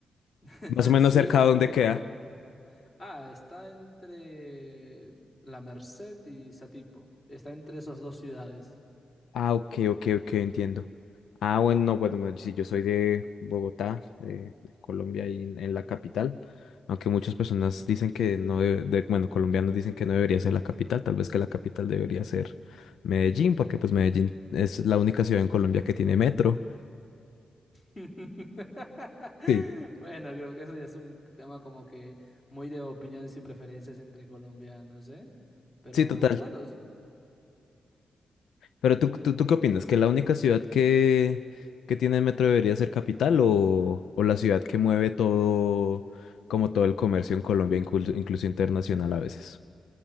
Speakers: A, on the left (about 25°); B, on the left (about 85°).
A: <laughs>
B: Más o menos
A: Sí,
B: cerca
A: es
B: de dónde
A: muy pequeño.
B: queda.
A: Ah, está entre La Merced y Satipo. Está entre esas dos ciudades.
B: Ah, ok, ok, ok, entiendo. Ah, bueno, no, bueno, bueno, sí, yo soy de Bogotá, eh, de Colombia y en, en la capital, aunque muchas personas dicen que no, debe- de, bueno, colombianos dicen que no debería ser la capital, tal vez que la capital debería ser Medellín, porque pues Medellín es la única ciudad en Colombia que tiene metro.
A: <laughs>
B: Sí.
A: Bueno, creo que eso ya es un tema como que muy de opiniones y preferencias entre colombianos, ¿eh? Pero
B: Sí, total.
A: bueno,
B: Pero tú, tú, ¿tú qué opinas? ¿Que la única ciudad que, que tiene metro debería ser capital o, o la ciudad que mueve todo, como todo el comercio en Colombia, inclu- incluso internacional a veces?